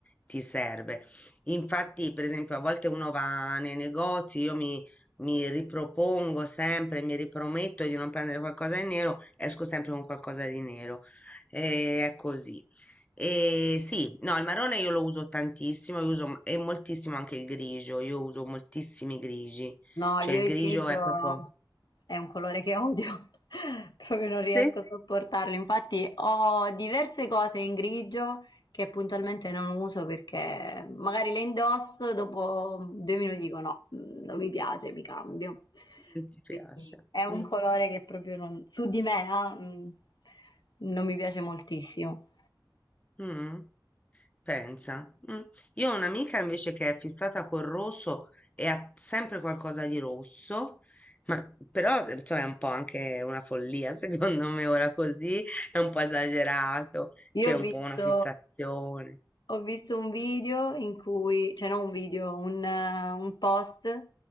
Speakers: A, on the left (about 20°); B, on the left (about 65°).
A: ti serve. Infatti, per esempio, a volte uno va nei negozi, io mi, mi ripropongo sempre, mi riprometto di non prendere qualcosa di nero, esco sempre con qualcosa di nero. E è così. E sì, no, il marrone io lo uso tantissimo, io uso, e moltissimo anche il grigio, io uso moltissimi grigi,
B: No,
A: cioè
B: io
A: il grigio
B: il grigio
A: è proprio...
B: è un colore che odio, <laughs> proprio non riesco
A: Sì?
B: a sopportarlo. Infatti ho diverse cose in grigio che puntualmente non uso perché magari le indosso, dopo due minuti dico no, mm, non mi piace, mi cambio.
A: Non ti piace.
B: Quindi è un
A: Mm,
B: colore che proprio non- su di me, ah, mm, non mi piace moltissimo.
A: mm, pensa. Mm. Io ho un'amica invece che è fissata col rosso e ha sempre qualcosa di rosso, ma però eh, cioè, è un po' anche una follia, <laughs> secondo me ora così è un po' esagerato, c'è
B: Io ho
A: un
B: visto,
A: po' una fissazione.
B: ho visto un video in cui, cioè non un video, un, eh, un post